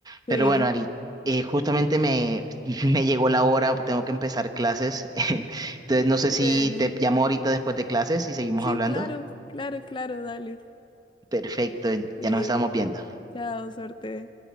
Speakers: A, on the right; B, on the left.
A: Pero
B: Sí,
A: bueno, Ari, eh, justamente me, <laughs> me llegó la hora, tengo que empezar clases. <laughs> Entonces, no sé
B: bueno.
A: si te llamo ahorita después de clases y seguimos
B: Sí,
A: hablando.
B: claro, claro, claro, dale.
A: Perfecto,
B: Eh,
A: ya nos estamos viendo.
B: chao, suerte.